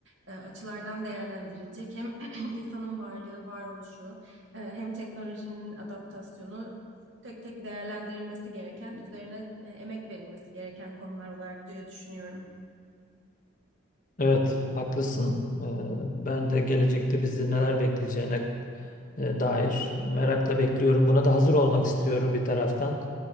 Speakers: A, on the right; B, on the left.
A: e, açılardan değerlendirilecek. Hem <clears throat> insanın varlığı, varoluşu, e, hem teknolojinin adaptasyonu tek tek değerlendirilmesi gereken, üzerine e, emek verilmesi gereken konular olarak diye düşünüyorum.
B: Evet, haklısın. Ee, Ben de gelecekte bizi neler bekleyeceğine e, dair merakla bekliyorum. Buna da hazır olmak istiyorum bir taraftan.